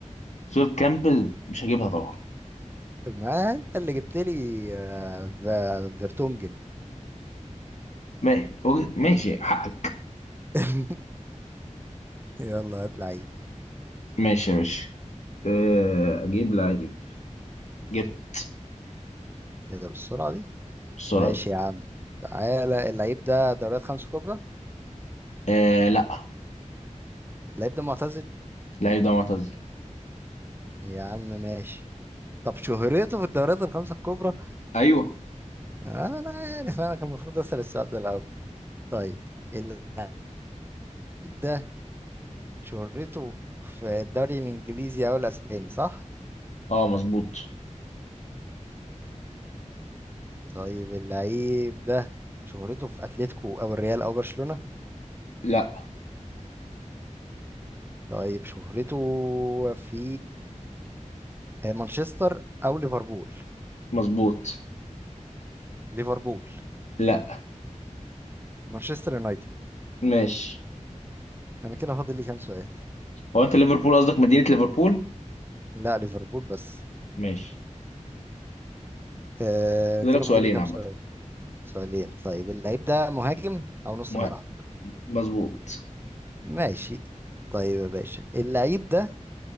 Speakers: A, on the left; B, on the right.
A: فيل كامبل مش هجيبها طبعا
B: ما انت اللي جبت لي آه، ف- فيرتونجن
A: ماشي وجه- ماشي حقك
B: <laughs> يلا هات لعيب
A: ماشي يا باشا آه، اجيب لعيب جبت
B: ايه ده بالسرعة دي
A: بالسرعه
B: ماشي
A: دي
B: يا عم تعالى اللعيب ده دوريات خمسة كبرى
A: آه لا
B: اللعيب ده معتزل
A: اللعيب ده معتزل
B: يا عم ماشي طب شهرته في الدوريات الخمسة الكبرى
A: ايوه
B: آه، انا عارف انا كان المفروض اسأل السؤال ده الاول طيب اللعيب ده شهرته في الدوري الانجليزي او الاسباني صح
A: اه مظبوط
B: طيب اللعيب ده شهرته في اتلتيكو او الريال او برشلونة
A: لا
B: طيب شهرته في آه، مانشستر او ليفربول
A: مظبوط
B: ليفربول
A: لا
B: مانشستر يونايتد
A: ماشي
B: انا كده فاضل لي كام سؤال
A: هو انت ليفربول قصدك مدينة ليفربول
B: لا ليفربول بس
A: ماشي
B: آه
A: فاضلك
B: كده
A: سؤالين
B: فاضل لي كام
A: عامة
B: سؤال سؤالين طيب اللعيب ده مهاجم او نص
A: مه-
B: ملعب
A: مظبوط
B: ماشي طيب يا باشا اللعيب ده